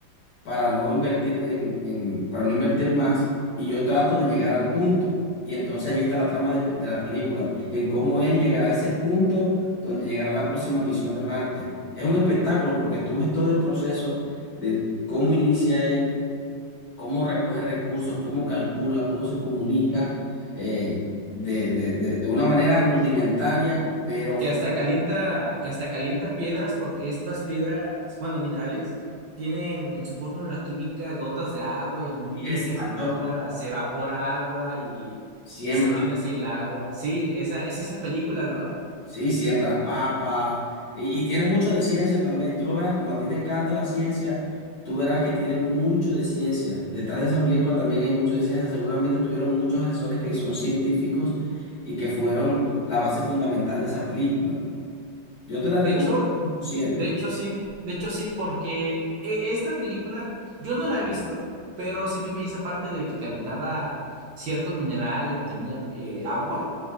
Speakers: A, on the left; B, on the right.
A: para no invertir en, en- para no invertir más y yo trato de llegar al punto. Y entonces ahí está la trama de, pe- de la película, en cómo él llegará a ese punto donde llegará la próxima misión de Marte. Es un espectáculo porque tú ves todo el proceso de cómo inicia él, cómo recoge recursos, cómo calcula, cómo se comunica, eh, de, de, de, de una manera rudimentaria, pero
B: Que
A: fu-
B: hasta calienta, que hasta calienta piedras porque estas piedras, bueno, minerales, tienen en su fórmula química gotas de agua y al momento
A: exacto,
B: de calentarla se evapora agua y
A: siembra.
B: se obtiene así el agua. Sí, esa es esa película, ¿no?
A: Sí, siembra papa y, y tiene mucho de ciencia también. Tú lo verás, como a ti te encanta la ciencia, tú verás que tiene mucho de ciencia. Detrás de esa película también hay mucho de ciencia. Seguramente tuvieron muchos asesores que son científicos y que fueron la base fundamental de esa película. Yo te la recomiendo
B: De hecho,
A: cien por
B: De hecho,
A: ciento.
B: sí, de hecho, sí, porque e- esta película, yo no la he visto, pero sí me vi esa parte de que calentaba cierto mineral y obtenía eh, agua,